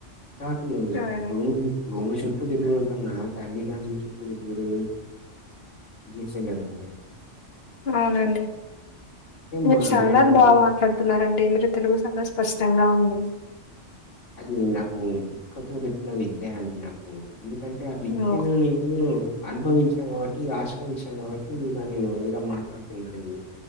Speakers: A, on the left (about 75°); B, on the left (about 55°).
A: నాకి
B: అవును.
A: <unintelligible> భూమి చుట్టూ తిరుగుడు కన్నా తల్లి తండ్రి చుట్టూ తిరుగుడు <unintelligible> <unintelligible> అండి
B: అవునండి మీరు
A: మా
B: చాలా
A: వినాయకుడు
B: బాగా మాట్లాడుతున్నారండి మీరు తెలుగు చాలా స్పష్టంగా ఉంది
A: అది నాకు పుట్టుకతో పెట్టిన విద్య అండి నాకు అందుకు అంటే ఆ విద్యను
B: ఓ-
A: నువ్వు అనుభవించ కాబట్టి ఈ ఆశ్రమానికి వచ్చాను కాబట్టి ఈడ నేను ఇడ మాట్లాడుతున్నాను